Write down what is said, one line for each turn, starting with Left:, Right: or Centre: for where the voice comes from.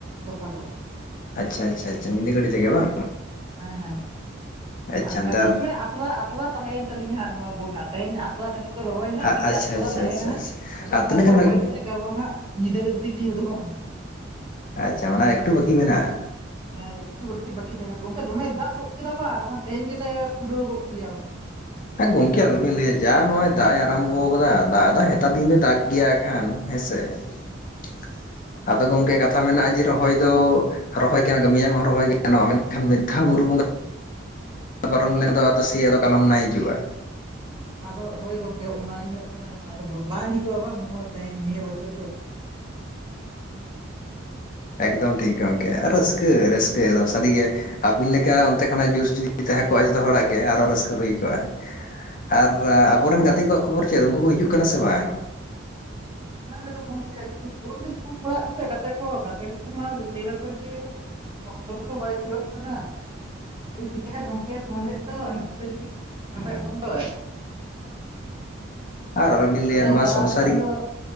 Right: ᱜᱟᱯᱟ ᱫᱚ ᱾
Left: ᱟᱪᱪᱷᱟ ᱟᱪᱪᱷᱟ ᱟᱪᱪᱷᱟ ᱧᱤᱫᱟᱹ ᱜᱟᱹᱰᱤ ᱛᱮᱜᱮ ᱵᱟᱝ?
Right: ᱦᱮᱸ ᱦᱮᱸ ᱾
Left: ᱟᱪᱪᱷᱟ
Right: ᱠᱟᱹᱴᱤᱡ
Left: ᱫᱟ
Right: ᱢᱟᱱᱮ ᱟᱛᱨᱟ ᱟᱛᱨᱟ ᱛᱟᱦᱮᱸᱭᱮᱱ ᱛᱟᱞᱤᱧᱟ ᱦᱟᱸᱜ ᱱᱚᱣᱟ ᱵᱳᱴ ᱛᱮᱦᱮᱧ ᱟᱛᱨᱟ ᱫᱷᱟᱹᱵᱤᱡ ᱠᱚ ᱨᱚᱦᱚᱭ ᱦᱟᱸᱜ
Left: ᱟᱪᱪᱷᱟ
Right: ᱾ ᱠᱟᱹᱴᱤᱡ ᱟᱛᱨᱟ
Left: ᱟᱪᱪᱷᱟ
Right: ᱛᱟᱦᱮᱱ
Left: ᱟᱪᱪᱷᱟ
Right: ᱦᱟᱸᱜ
Left: ᱟᱪᱪᱷᱟ
Right: ᱾ ᱟᱫᱚ
Left: ᱟᱨ
Right: ᱚᱱᱟ
Left: ᱛᱤᱱᱟᱹᱜ
Right: ᱠᱚ
Left: ᱜᱟᱱ
Right: ᱨᱚᱦᱚᱭ
Left: ᱵᱟᱠᱤ
Right: ᱠᱟᱛᱮᱜ ᱜᱚ ᱦᱟᱸᱜ ᱧᱤᱫᱟᱹ ᱜᱟᱹᱰᱤ ᱛᱮᱜᱞᱤᱧ ᱩᱰᱩᱠᱚᱜ-ᱟ ᱾
Left: ᱟᱪᱪᱷᱟ ᱢᱟᱱᱮ ᱮᱠᱴᱩ ᱵᱟᱹᱠᱤ ᱢᱮᱱᱟᱜ-ᱟ
Right: ᱦᱮᱸ ᱮᱠᱴᱩ ᱠᱟᱹᱴᱤᱡ ᱵᱟᱠᱤ ᱛᱟᱦᱮᱸ ᱠᱟᱱᱟ ᱜᱚᱝᱠᱮ ᱫᱚᱢᱮ ᱫᱟᱜ ᱜᱚᱫ ᱠᱮᱫᱟ ᱵᱟ ᱵᱟᱝᱠᱷᱟᱱ ᱛᱮᱦᱮᱧ ᱜᱮᱞᱮ ᱯᱩᱨᱟᱹᱣ ᱜᱚᱫ ᱠᱮᱭᱟ
Left: ᱦᱮᱸ ᱜᱚᱝᱠᱮ ᱟᱞᱚᱵᱤᱱ ᱞᱟᱹᱭᱟ ᱡᱟ ᱱᱚᱜᱼᱚᱭ ᱫᱟᱜ ᱮ ᱟᱨᱟᱢᱵᱷᱚ ᱟᱠᱟᱫᱟ ᱫᱟᱜ ᱫᱟᱜ ᱦᱮᱛᱟᱜ ᱫᱤᱱ ᱫᱚᱭ ᱫᱟᱜ ᱜᱮᱭᱟ ᱠᱷᱟᱱ ᱦᱮᱸᱥᱮ <inaudible> ᱟᱫᱚ ᱜᱚᱢᱠᱮ ᱠᱟᱛᱷᱟ ᱢᱮᱱᱟᱜᱼᱟ ᱡᱮ ᱨᱚᱦᱚᱭ ᱟᱫᱚ ᱨᱚᱦᱚᱭ ᱢᱮᱭᱟᱝ ᱦᱚᱸ ᱨᱚᱦᱚᱭ ᱜᱮ ᱜᱟᱱᱚᱜ-ᱟ ᱢᱮᱱᱠᱷᱟᱱ ᱢᱤᱫ ᱫᱷᱟᱣ ᱵᱩᱨᱩ ᱵᱚᱸᱜᱟ ᱯᱟᱨᱚᱢ ᱞᱮᱱ ᱫᱚ ᱟᱫᱚ ᱥᱮ ᱟᱫᱚ ᱠᱟᱞᱚᱢ ᱱᱟᱭ ᱦᱤᱡᱩᱜ-ᱟ
Right: ᱟᱫᱚ ᱦᱳᱭ ᱜᱚᱝᱠᱮ ᱚᱱᱟᱜᱮ ᱦᱩᱭᱩᱜ ᱠᱟᱱᱟ ᱵᱟᱝ ᱦᱤᱡᱩᱜ-ᱟ ᱵᱟᱝ ᱱᱚᱣᱟ ᱛᱮᱦᱮᱧ ᱱᱤᱭᱟᱹ ᱵᱚᱪᱷᱚᱨ ᱫᱚ <inaudible>
Left: ᱮᱠᱫᱚᱢ ᱴᱷᱤᱠ ᱜᱮ ᱜᱚᱢᱠᱮ ᱨᱟᱹᱥᱠᱟᱹ ᱨᱟᱹᱥᱠᱟᱹ ᱮᱠᱫᱚᱢ ᱥᱟᱹᱨᱤᱜᱮ ᱟᱹᱵᱤᱱ ᱞᱮᱠᱟ ᱚᱱᱛᱮ ᱠᱷᱚᱱᱟᱜ ᱡᱩᱥ ᱡᱩᱫᱤ ᱛᱟᱦᱮᱸ ᱠᱚᱜᱼᱟ ᱡᱚᱛᱚ ᱦᱚᱲᱟᱜ ᱜᱮ ᱟᱨᱚ ᱨᱟᱹᱥᱠᱟᱹ ᱦᱩᱭ ᱠᱚᱜ-ᱟ ᱟᱨ ᱟᱵᱚᱨᱮᱱ ᱜᱟᱛᱮ ᱠᱚᱣᱟᱜ ᱠᱷᱚᱵᱚᱨ ᱪᱮᱫ ᱩᱱᱠᱩ ᱠᱚ ᱦᱤᱡᱩᱜ ᱠᱟᱱᱟ ᱥᱮ ᱵᱟᱝ
Right: ᱚᱱᱟ ᱜᱮᱛᱚ ᱜᱚᱢᱠᱮ ᱠᱟᱹᱴᱤᱡ ᱯᱷᱳᱱ ᱫᱚᱧ ᱯᱷᱳᱱ ᱵᱟᱲᱟ ᱟᱫ ᱠᱚᱥᱮ ᱜᱟᱛᱮ ᱠᱚ ᱜᱟᱛᱮ ᱠᱚᱠᱚ ᱢᱟ ᱞᱟᱹᱭ ᱫᱟᱠᱚ ᱡᱮ ᱚᱠᱛᱚ ᱜᱮᱛᱚ ᱵᱟᱭ ᱠᱩᱲᱟᱹᱜ ᱠᱟᱱᱟ <unintelligible> ᱜᱚᱢᱠᱮ ᱯᱷᱳᱱ ᱞᱮᱫ ᱫᱚᱭ <unintelligible> ᱵᱚᱱ ᱫᱚ
Left: ᱟᱨ ᱟᱞᱚᱵᱤᱱ
Right: ᱦᱳᱭ
Left: ᱞᱟᱹᱭᱟ ᱱᱚᱣᱟ
Right: ᱪᱟᱞᱟᱣ
Left: ᱥᱚᱝᱥᱟᱨᱤᱠ
Right: ᱞᱮᱠᱷᱟᱱ ᱫᱚᱣ